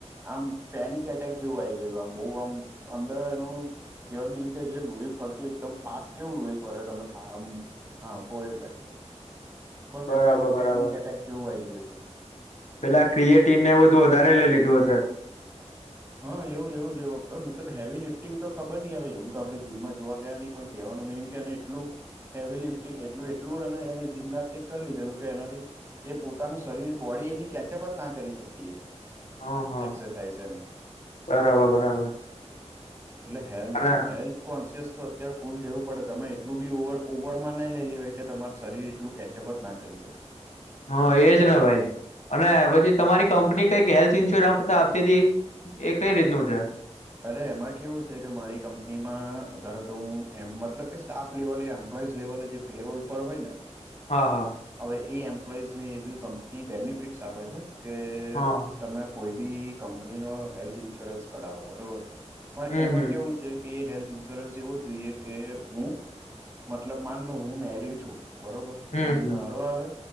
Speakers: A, on the right; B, on the left.
A: આમ પેનિક એટેક જેવું આ ગયેલું આમ બહ આમ અંદર એનું કેવાય મેન કે જે લોહી ફરતું એકદમ ફાસ્ટ કેવું લોહી ફરે તમે થા આ હા ફો એટલે બસ
B: બરાબર
A: એમાં એને
B: બરાબર
A: પેનિક એટેક જેવું આવીઈ ગયું હતું
B: પેલા ક્રિએટ ને બધું વધારે લઈ લીધું હશે
A: હા એવું એવુંવું મતલબ હેવી લિફ્ટિંગ તો ખબર નહી હવે એવું તો આપણે જીમમાં જોવા ગયા નહી પણ ક કેહેવાનું મિનિંગ કેને એટલું હેવી લિફ્ટિંગ એટલું એટલું અને જિમ્નાસ્ટિક કરી લીધેલું કે એનાથી એ પોતાનું શરીર બોડી એની કેચઅપ જ ના કરી શકીએ
B: હા હા
A: એક્સરસાઇઝ એની
B: બરાબર બરાબર
A: એટલે હેલ્થ
B: અને
A: હેલ્થ કોન્સિયસ તો અત્યારે ફૂલ જવું પડે તમે એટલું બી ઓવર ઓવરમાં નહી લેલી હોય કે તમાર શરીર એટલું કેચઅપ જ ના કરી શકે
B: હ એજ ના ભાઈ અને પછી તમારી કંપની કઈક હેલ્થ ઇન્સ્યોરન્સછ આપતી હતી એ કઈ રીતનું છે
A: અરે એમાં કેવું છે કે મારી કંપનીમાં ધારો કે હું એમ મતલબ કે સ્ટાફ લેવલે એમ્પ્લોઈઝ લેવલે જે પેરોલ પર હોય ને
B: હા હા
A: હવે એ એમ્પ્લોઈઝ ને એવી કંપની બેનિફિટસ આપે છે કે
B: હા
A: તમે કોઈ બી કંપની નો હેલ્થ ઈન્સ્યોરન્સ કઢાવો બરોબર પણ
B: હમ
A: એમાં
B: હમ
A: કેવું છે કે હેલ્થ ઇન્સ્યોરન્સ એવો જોઈએ કે હું મતલબ માનલો હું મેરીડ છું બરોબર
B: હમ
A: તો હું
B: હમ
A: મારો આવે